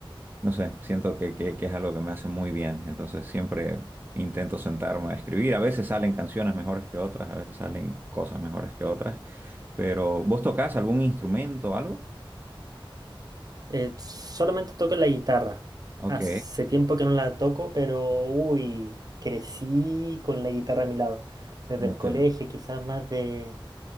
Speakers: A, on the right; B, on the right.
A: no sé, siento que, que, que es algo que me hace muy bien. Entonces siempre intento sentarme a escribir. A veces salen canciones mejores que otras, a veces salen cosas mejores que otras. Pero, ¿vos tocás algún instrumento o algo?
B: Eh, solamente toco la guitarra.
A: Ok,
B: Hace tiempo que no la toco, pero uy, crecí con la guitarra a mi lado. Desde
A: ok.
B: el colegio, quizás más de...